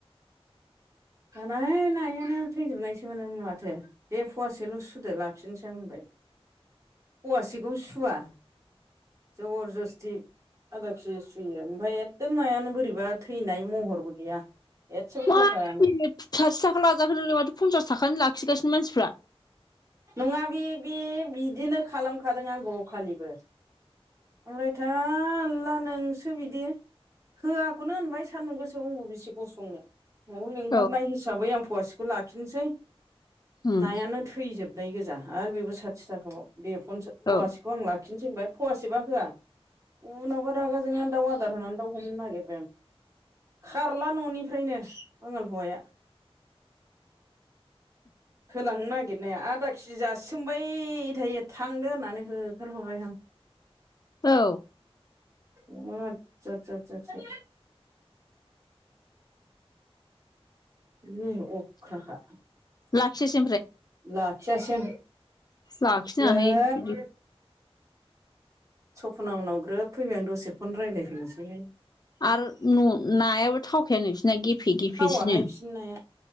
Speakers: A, on the right; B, on the left.
A: दाना नायानो थैजोबनायसोमोन माथो। दे फवासेल' सुदो लाखिनोसै आ होनबाय फवासेखौ सुवा जबर जस्थि आदा केजि सुयो ओमफ्राय एकदम नायानो बोरैबा थैनाय महरबो गैया। एसेबो
B: मा
A: थावखायामोन।
B: साथि थाखा लाजागोन होनों माथ' पन्सास थाखानि लाखिगासिनो मानसिफ्रा।
A: नङा बे बे बिदिनो खालामखादों आंखौ अखालिबो। ओमफ्राय थाला नोंसो बिदि होआखौनो होनबाय सान्दुं गोसो अंग बेसे गसंनो। न'आव लिंहरनाय
B: औ
A: हिसाबै आं फवासेखौ लाखिनोसै
B: उम
A: नायानो थैजोब है गोजा आरो बेबो साथि थाखाबाव दे फन्सा फवासेखौ
B: औ
A: आं लाखिनोसै होनबाय फवासेबो होआ। उनावबा रागा जोंनो दाउ आदार होनानै दा हमनो नागिरबाय आं। खारला न'निफ्रायनो बांगाल हौवाया होलांनो नागिरनाया आदा खि जासिमबाय थायो थांदो होननानै होखारहरबायहां
B: औ
A: बिराद जाद जाद जाद जाद उम अ अख्राखा
B: लाखियासै
A: लाखियासै आं।
B: लाखिनाङा
A: ग्रोब
B: हाय बिदि।
A: सपना उनाव ग्रोब फैबाय आं दसे फन रायज्लायफैनोसैहाय।
B: आरो नायाबो थावखायानो बिसिरना गे फिगिफिसिनो
A: थावाहाय बिसिनि नाया